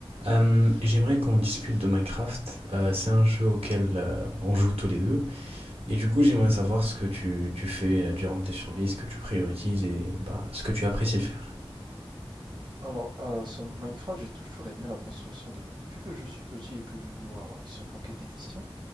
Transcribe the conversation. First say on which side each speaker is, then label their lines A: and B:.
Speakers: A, on the right; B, on the right.
A: Euh, j'aimerais qu'on discute de Minecraft. Euh, c'est un jeu auquel euh, on joue tous les deux. Et du coup, j'aimerais savoir ce que tu, tu fais euh, durant tes survies, ce que tu priorises et bah, ce que tu apprécies faire.
B: Alors, euh, sur Minecraft, j'ai toujours aimé la construction de... depuis que je suis petit et que je joue à- sur Pocket Edition.